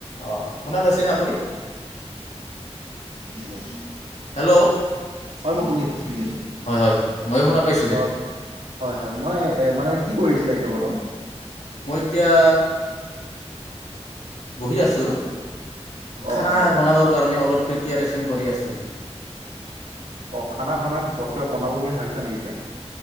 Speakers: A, on the left; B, on the right.
A: অ, শুনা পাইছেনে আপুনি?
B: হেল্ল',
A: হেল্ল'
B: হয় মই শুনি আছো। শুনি আছো
A: হয় হয় ময়ো শুনা পাইছোঁ দে
B: অ, হয় - হয় মই মানে কি কৰি আছিলা এতিয়া বৰ্তমান।
A: মই এতিয়া বহি আছো।
B: অ
A: খানা
B: অ
A: বনাবৰ কাৰণে অলপ প্ৰিপাৰ চন কৰি আছো।
B: অ, খানা বনা কিবা বনাব বুলি ভাবিছা নেকি এতিয়া।